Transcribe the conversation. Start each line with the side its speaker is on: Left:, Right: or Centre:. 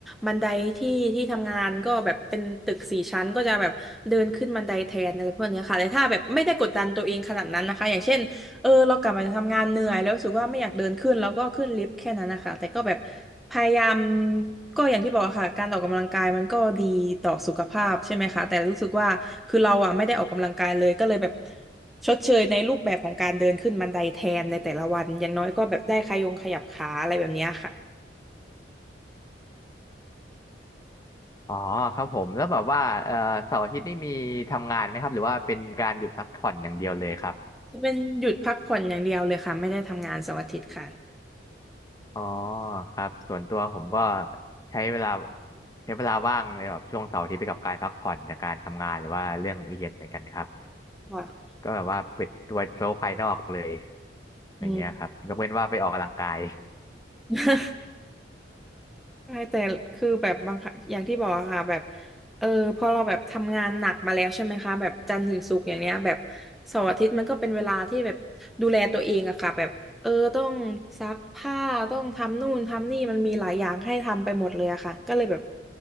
Centre: บันไดที่ที่ทำงานก็แบบเป็นตึกสี่ชั้นก็จะแบบเดินขึ้นบันไดแทนอะไรพวกเนี้ยค่ะแต่ถ้าแบบไม่ได้กดดันตัวเองขนาดนั้นนะคะอย่างเช่น เออเรากลับมาจากทำงานเหนื่อยแล้วรู้สึกว่าไม่อยากเดินขึ้นแล้วก็ขึ้นลิฟต์แค่นั้นนะคะแต่ก็แบบพยายามก็อย่างที่บอกอะค่ะการออกกำลังกายมันก็ดีต่อสุขภาพใช่ไหมคะแต่รู้สึกว่าคือเราอ่ะไม่ได้ออกกำลังกายเลยก็เลยแบบชดเชยในรูปแบบของการเดินขึ้นบันไดแทนในแต่ละวันอย่างน้อยก็แบบได้ขยงขยับขาอะไรแบบเนี้ยค่ะ
Left: อ๋อครับผมแล้วแบบว่าเอ่อเสาร์อาทิตย์นี่มีทำงานไหมครับหรือว่าเป็นการหยุดพักผ่อนอย่างเดียวเลยครับ
Centre: เป็นหยุดพักผ่อนอย่างเดียวเลยค่ะไม่ได้ทำงานเสาร์อาทิตย์ค่ะ
Left: อ๋อครับ ส่วนตัวผมก็ใช้เวลาใช้เวลาว่างในแบบช่วงเสาร์อาทิตย์ไปกับการพักผ่อนจากการทำงานหรือว่าเรื่องเรียนเหมือนกันครับ
Centre: ค่ะ
Left: ก็แบบว่าปิดตัวโลกภายนอกเลย
Centre: อืม
Left: อย่างเงี้ยครับยกเว้นว่าไปออกกำลังกาย
Centre: <laughs> ใช่แต่คือแบบบางครั้งอย่างที่บอกอะค่ะแบบเออพอเราแบบทำงานหนักมาแล้วใช่ไหมคะแบบจันทร์ถึงศุกร์อย่างเนี้ยแบบเสาร์อาทิตย์มันก็เป็นเวลาที่แบบดูแลตัวเองอะค่ะแบบเออต้องซักผ้าต้องทำนู่นทำนี่มันมีหลายอย่างให้ทำไปหมดเลยอะค่ะก็เลยแบบ